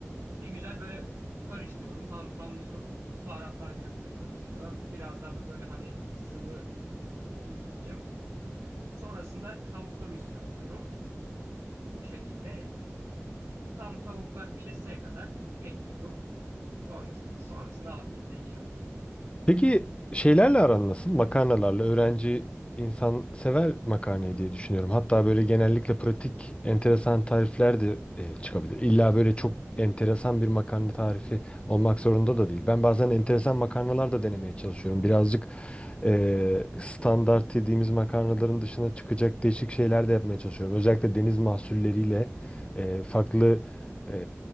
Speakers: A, on the right (about 80°); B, on the left (about 20°).
A: Bir güzel böyle karıştırıyorum, harmanlıyorum. Baharatlar birbirine karışıyor. Biraz daha böyle hani sıvı oluyor diyeyim. Sonrasında tavukları üstüne atıyorum. Bu şekilde tam tavuklar pişeseye kadar bekliyorum. Sonrasında, sonrasında afiyetle yiyorum.
B: Peki şeylerle aran nasıl? Makarnalarla öğrenci insan sever makarnayı diye düşünüyorum. Hatta böyle genellikle pratik enteresan tarifler de e, çıkabilir. İlla böyle çok enteresan bir makarna tarifi olmak zorunda da değil. Ben bazen enteresan makarnalar da denemeye çalışıyorum. Birazcık e, standart dediğimiz makarnaların dışına çıkacak değişik şeyler de yapmaya çalışıyorum. Özellikle deniz mahsulleriyle e, farklı e,